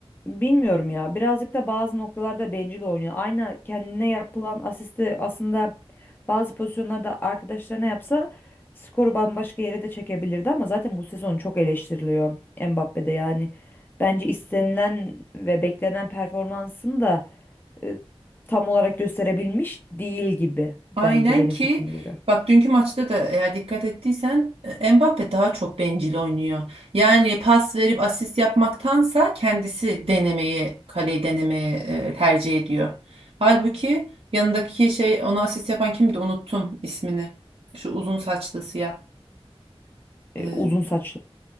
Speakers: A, on the left; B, on the right.
A: bilmiyorum ya. Birazcık da bazı noktalarda bencil oynuyor. Aynı kendine yapılan asisti aslında bazı pozisyonlarda arkadaşlarına yapsa skoru bambaşka yere de çekebilirdi ama zaten bu sezon çok eleştiriliyor Mbappe'de yani. Bence istenilen ve beklenen performansını da e, tam olarak gösterebilmiş değil gibi
B: Aynen
A: bence benim
B: ki
A: fikrime göre.
B: bak dünkü maçta da eğer dikkat ettiysen e, Mbappe daha çok bencil oynuyor. Yani pas verip asist yapmaktansa kendisi denemeyi, kaleyi denemeyi e, tercih ediyor. Halbuki yanındaki şey ona asist yapan kimdi unuttum ismini. Şu uzun saçlı siyah. E,
A: E, uzun saçlı.